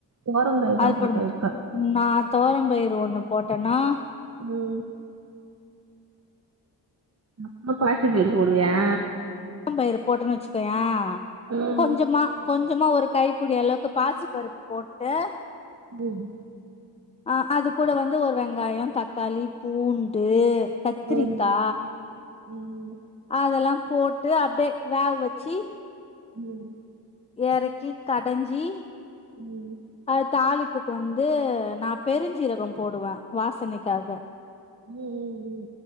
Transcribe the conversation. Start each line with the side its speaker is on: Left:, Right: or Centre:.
Right: தோரம்பயிறுதா
Left: அது
Right: போட்டு
Left: போட மாட்ட
Right: வைப்பே
Left: நா தொவரம் பயிறு ஒண்ணு போட்டன்னா
Right: ம் அப்ப பாத்து இது போடுவியா
Left: <unintelligible> பயிறு போட்டன்னு வச்சுக்கோயே
Right: ம்
Left: கொஞ்சமா கொஞ் சமா ஒரு கைப்பிடி அளவுக்கு பாசி பருப்பு போட்டு
Right: செரி
Left: ஆ அது கூட வந்து ஒரு வெங்காயோ தக்காளி பூண்டு கத்திரிக்கா
Right: ம் ம்
Left: அதெல்லா போட்டு அப்டியே வேக வச்சி
Right: ம்
Left: எறக்கி கடஞ்சி
Right: ம்
Left: அடு தாளிப்புக்கு வந்து நா பெருஞ்சீரகோ போடுவே வாசனைக்காக
Right: ம்